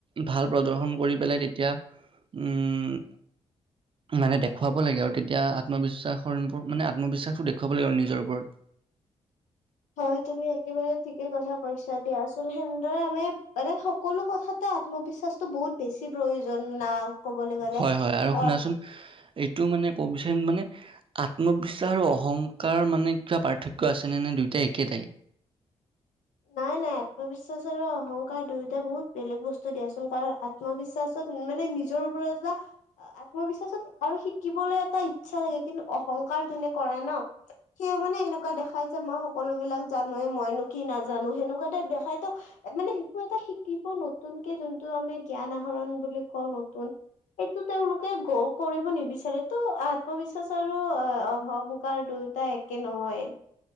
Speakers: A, on the right; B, on the left.
A: ভাল প্ৰদৰ্শন কৰি পেলাই তেতিয়া উম মানে দে হোৱাব লাগে আৰু তেতিয়া আত্মবিশ্বাসৰ মানে আত্মবিশ্বাসটো দেখুৱাব লাগে আৰু নিজৰ ওপৰত
B: হয় তুমি একেবাৰে ঠিকে কথা কৈছা দিয়া আচল সেনদ আমি মানে হক সকলো কথাতে আত্মবিশ্বাসটো বহুত বেছি প্ৰয়োজন ন ক'বলে গ'লে
A: হয় হয় আৰু শুনাচোন
B: অ
A: এইটো মানে ক'ব বিচাৰিম মানে আত্মবিশ্বাস আৰু অহংকাৰ মানে কিবা পাৰ্থক্য আছেনে নে দুয়োটা একেটাই
B: নাই নাই আত্মবিশ্বাস আৰু অহংকাৰ দুয়োটা বহুত বেলেগ বস্তু দিয়াচোন কাৰণ আত আত্মবিশ্বাসত মানে নিজৰ ওপৰত এটা আত্মবিশ্বাসত আৰু শিকিবলৈ এটা ইচ্ছা লাগে কিন্তু অহংকাৰ জোনে কৰে ন সেই মানে এনেকুৱা দেখাই যে মই সকলো বিলাক জানোৱে মইনো কি নাজানো সেনেকুৱাতে দেখাইতো মানে একো এটা শিকিব নতুনকে যোনটো আমি জ্ঞান আহৰণ বুলি কওঁ নতুন এইটো তেওঁলোকে গ কৰিব নিবিচাৰেতো আত্মবিশ্বাস আৰু অহংকাৰ দু টা একে নহয়